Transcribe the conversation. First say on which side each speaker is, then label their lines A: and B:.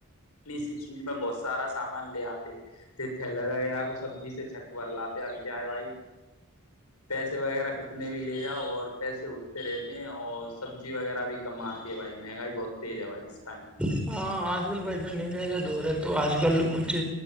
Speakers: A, on the left; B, in the centre.
A: ی چیز میں بہت سارا سامان لے آتے تھ تھیلے وغیرہ کو سبزی سے چکور لاتے ابھی کیا ہے بھائی پیسے وغیرہ کتنے بھی لے جاؤ اور پیسے اٹھتے رہتے ہیں اور سبزی وغیرہ بھی کم آتی ہے بھائی مہنگائی بہت تیز ہے بھائی اس ٹائم
B: ہاں آج کل بھ جان مل جائے گا دور ہے تو آج کل کچھ